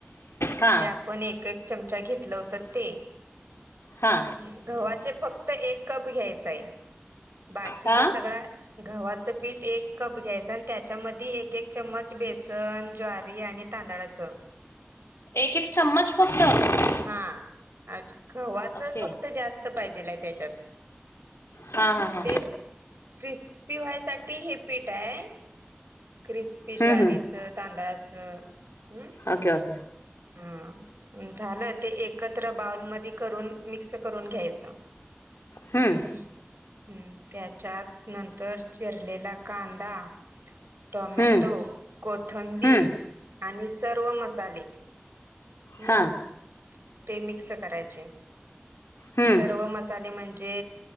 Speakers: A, on the left; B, on the right.
A: हा
B: जे आपण एक एक चमचा घेतल होत ते,
A: हा
B: हम्. गव्हाचे फक्त एक कप घ्यायचय, बाकीचा
A: हा
B: सगळा गव्हाचं पीठ एक कप घ्यायचं आणि त्याच्यामधी एक एक चम्मच बेसन, ज्वारी आणि तांदळाचं.
A: एक एक चम्मच फक्त.
B: हां. <unintelligible> गव्हाच
A: ओके
B: फक्त जास्त पाहिजेलाय त्याच्यात.
A: हा हा हा.
B: तेच क्रिस्पी व्हायसाठी हे पीठ आहे. क्रिस्पी
A: हम्म
B: ज्वारीचं,
A: हम्म
B: तांदळाचं हम्.
A: ओके ओके
B: हा झालं ते एकत्र बाऊलमध्ये करून मिक्स करून घ्यायचं.
A: हम्म.
B: हम त्याच्यात नंतर चिरलेला कांदा. टोमॅटो,
A: हम्म
B: कोथंबीर
A: हम्म
B: आणि सर्व मसाले हम्म
A: हां.
B: ते मिक्स करायचे.
A: हम्म
B: सर्व मसाले म्हणजे